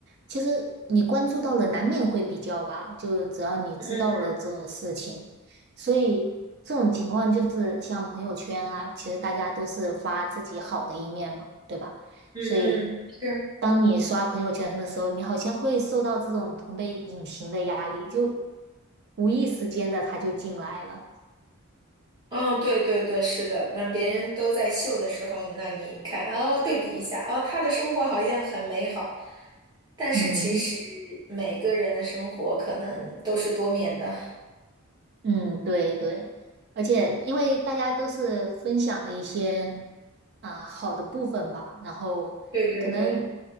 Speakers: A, on the right; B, on the right.
A: 其实你关注到了，难免会比较吧。就只要你知道了这种事情，
B: 嗯嗯
A: 所以这种情况就是像朋友圈啊，其实大家都是发自己好的一面嘛，对吧？
B: 嗯嗯，
A: 所以，
B: 是。
A: 当你刷朋友圈的时候，你好像会受到这种同辈隐形的压力，就无意识间的他就进来了。
B: 嗯，对对对，是的。那别人都在秀的时候，那你看，哦，对比一下，哦，他的生活好像很美好，但是其实
A: 嗯
B: 每个人的生活可能都是多面的。
A: 嗯，对对，而且因为大家都是分享了一些。
B: 嗯，嗯
A: 啊、好的部分吧，然后可能
B: 对对对。